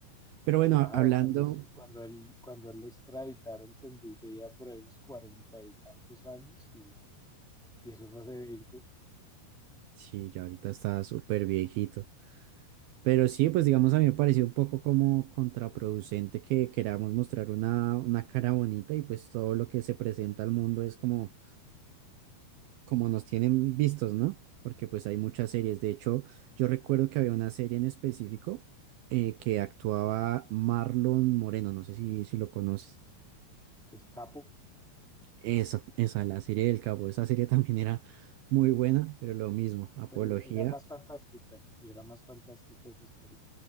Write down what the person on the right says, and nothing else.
Pero bueno,
ha- hablando,
sí, ya ahorita está súper viejito. Pero sí, pues digamos, a mí me pareció un poco como contraproducente que queramos mostrar una, una cara bonita y pues todo lo que se presenta al mundo es como, como nos tienen vistos, ¿no? Porque pues hay muchas series. De hecho, yo recuerdo que había una serie en específico eh, que actuaba Marlon Moreno, no sé si, si lo conoces.
Esa, esa, la serie del Capo, esa serie también era muy buena, pero lo mismo, apología,